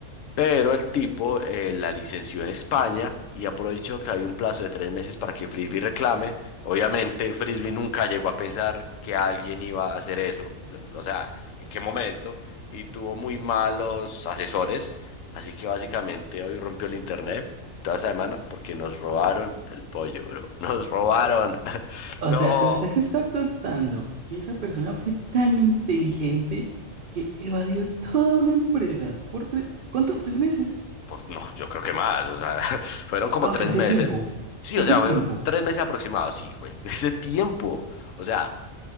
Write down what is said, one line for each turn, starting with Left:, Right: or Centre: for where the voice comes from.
Left: Pero el tipo eh, la licenció en España y aprovechó que había un plazo de tres meses para que Frisbee reclame. Obviamente, Frisbee nunca llegó a pensar que alguien iba a hacer eso, o sea, en qué momento, y tuvo muy malos asesores. Así que básicamente hoy rompió el internet toda esa semana porque nos robaron el pollo, bro. Nos robaron. <laughs>
Right: O
Left: No.
Right: sea, usted me está contando que esa persona fue tan inteligente que evadió toda una empresa por tres, ¿cuánto? ¿Tres meses?
Left: Por, no, yo creo que más, o sea, <laughs> fueron como
Right: Ah,
Left: tres
Right: o sea, es
Left: meses.
Right: de tiempo.
Left: Sí,
Right: Es
Left: o sea,
Right: de tiempo.
Left: fueron tres meses aproximados, sí, fue <laughs> ese tiempo. O sea,